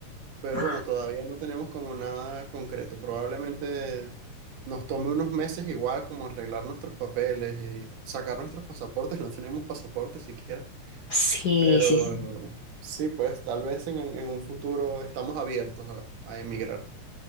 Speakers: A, on the right; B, on the left.
A: Pero
B: Ah,
A: bueno, todavía no tenemos como nada concreto. Probablemente nos tome unos meses igual como arreglar nuestros papeles y sacar nuestros pasaportes. <laughs> No tenemos pasaportes siquiera.
B: sí,
A: Pero
B: sí. sí.
A: sí, pues tal vez en, en un futuro estamos abiertos a, a emigrar.